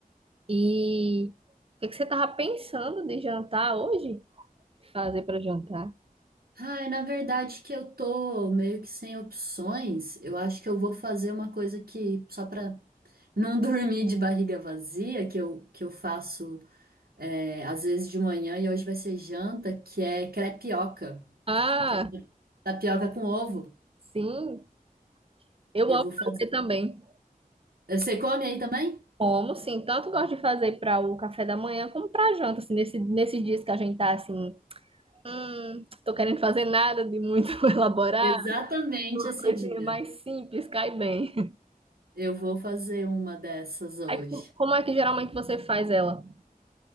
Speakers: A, on the right (about 40°); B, on the right (about 90°).
A: E o que é que você tava pensando de jantar hoje? Fazer para jantar?
B: Ai, na verdade que eu tô meio que sem opções. Eu acho que eu vou fazer uma coisa que, só pra não <laughs> dormir de barriga vazia, que eu, que eu faço é, às vezes de manhã e hoje vai ser janta, que é crepioca,
A: Ah,
B: que é tapioca com ovo.
A: sim. Eu
B: Eu
A: amo
B: vou fazer.
A: fazer também.
B: Você come aí também?
A: Como, sim. Tanto gosto de fazer para o café da manhã como para janta, assim, nesse, nesses dias que a gente tá assim. Hum, tô querendo fazer nada de muito <laughs> elaborado,
B: Exatamente
A: uma
B: esse
A: coisinha
B: dia.
A: mais simples, cai bem.
B: Eu vou fazer uma dessas hoje.
A: Aí, co- como é que geralmente você faz ela?